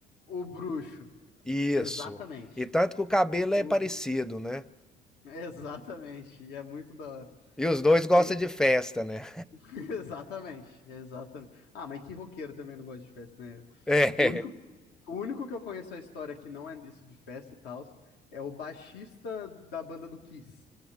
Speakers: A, on the left (about 75°); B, in the centre.
A: O bruxo.
B: Isso.
A: Exatamente.
B: E tanto que o cabelo
A: O...
B: é parecido, né?
A: Exatamente. E é muito da hora.
B: E os dois gostam
A: Tem.
B: de festa, né?
A: <laughs> Exatamente. Exatamente. Ah, mas que roqueiro também não gosta de festa, né?
B: É.
A: O único O único que eu conheço a história que não é disso de festa e tal é o baixista da banda do Kiss,